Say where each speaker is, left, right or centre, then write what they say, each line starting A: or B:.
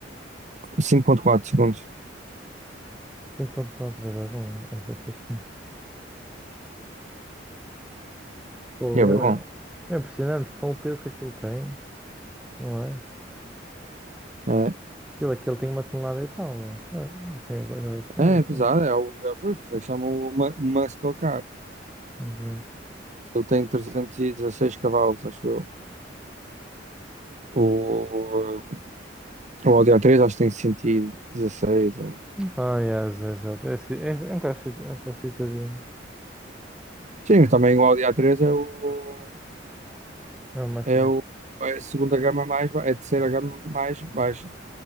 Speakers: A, on the right; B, in the centre.
A: cinco vírgula quatro segundos.
B: 5.4, é bom, é bem fixe. Fogo,
A: É
B: é,
A: bem bom.
B: bem- é impressionante com o peso que aquilo tem, não é?
A: É,
B: Aquilo, aquilo tem uma tonelada e tal, não é? Claro, isso tem é bem pesado
A: é
B: aquilo.
A: pesado, é o é, por isso é que chamam uma, uma muscle car.
B: Exato.
A: Ele tem 316 cavalos, acho eu. O, o Audi a três acho que tem 116 ou
B: Ah, yes, exato. É, ci- é, é um carro cit- é um carro citadino.
A: Sim, mas também o Audi a três é o
B: É o mais
A: é
B: fraco.
A: o é a segunda gama mais ba- é a terceira gama mais baixa.